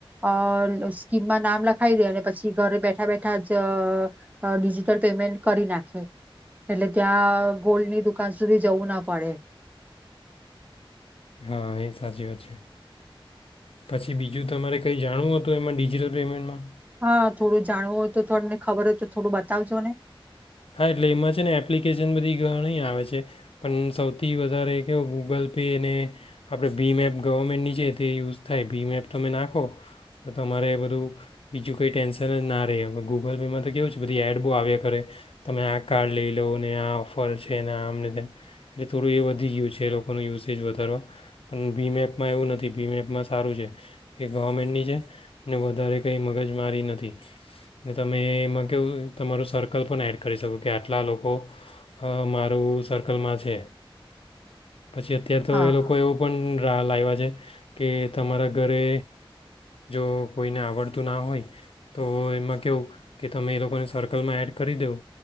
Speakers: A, on the right; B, on the left.
A: અ સ્કીમમાં નામ લખી દે અને પછી ઘરે બેઠા બેઠા જ ડિજિટલ પેમેન્ટ કરી નાખે. એટલે ત્યાં ગોલ્ડની દુકાન સુધી જવું ના પડે.
B: હા એ સાચી વાત છે પછી બીજું તમારે કંઈ જાણવું હતું એમાં ડિજિટલ પેમેન્ટમાં
A: હા થોડું જાણવું હોય તોમને ખબર હોય તો થોડું બતાવજો ને
B: હા એટલે એમાં છે ને એપ્લિકેશન બધી ઘણી આવે છે પણ સૌથી વધારે કવો ગૂગલ પે ને આપણે ભીમે એપ ગવર્મેન્ટની છે તે યુઝ થાય ભીમે એપ તમે નાખો તો તમારે બધું બીજું કંઈ ટેન્શન જ ના રહે હવે ગૂગલ પેમાં તો કેવું છે બધી એડ બહુ આવ્યા ખરે તમે આ કાર્ડ લઈ લો ને આ ઓફર છે ને આમ નથી એટલે થોડું એ વધી ગયું છે એ લોકોનું યુસેજ વધારવા પણ બીમેપમાં એવું નથી બીમેપમાં સારું છે કે ગવર્મેન્ટની છે ને વધારે કંઈ મગજ મારી નથી ને તમે એમાં કેહું તમારું સર્કલ પણ એડ કર કરી શું કે આટલા લોકો મારું સર્કલમાં છે પછી અત્યાર તો
A: હા
B: એ લોકો એવું પણ ટ લ આવ્યા છે કે તમારા ઘરે જો કોઈને આવડતું ના હોય તો એમાં કહું કે તમે એ લોકોને સર્કલમાં એડ કરી દવં